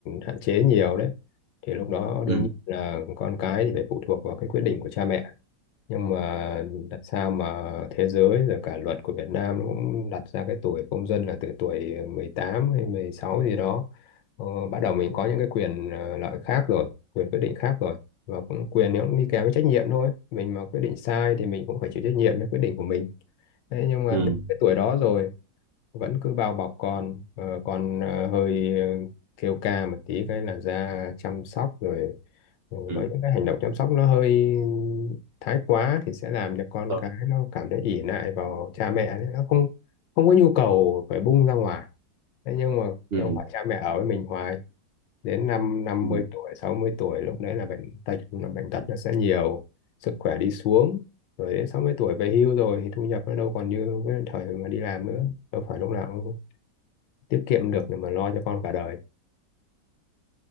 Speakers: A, on the left; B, on the right.
A: hạn chế nhiều đấy thì lúc đó đương
B: ừ
A: nhiên là con cái thì phải phụ thuộc vào cái quyết định của cha mẹ nhưng mà đặt sao mà thế giới rồi cả luật của Việt Nam nó cũng đặt ra cái tuổi công dân là từ tuổi 18 hay 16 gì đó ờ, bắt đầu mình có những cái quyền ờ, lợi khác rồi quyền quyết định khác rồi và cũng quyền nó cũng đi kèm với trách nhiệm thôi mình mà quyết định sai thì mình cũng phải chịu trách nhiệm cho quyết định của mình Thế nhưng mà
B: ừ
A: đến cái tuổi đó rồi vẫn cứ bao bọc con ờ, con ờ, hơi ờ, kêu ca một tí cái là ra chăm sóc rồi ừ,
B: ừ
A: với những cái hành động chăm sóc nó hơi thái quá thì sẽ làm cho con
B: Thôi.
A: cái nó cảm thấy ỷ lại vào cha mẹ đấy nó không không có nhu cầu phải bung ra ngoài thế nhưng mà
B: ừ
A: đâu phải cha mẹ ở với mình hoài đến năm năm
B: ừ
A: mươi tuổi 60 tuổi lúc đấy là bệnh tật là bệnh tật nó sẽ nhiều sức khỏe đi xuống rồi đến 60 tuổi về hưu rồi thì thu nhập nó đâu còn như cái thời mà đi làm nữa đâu phải lúc nào cũng tiết kiệm được để mà lo cho con cả đời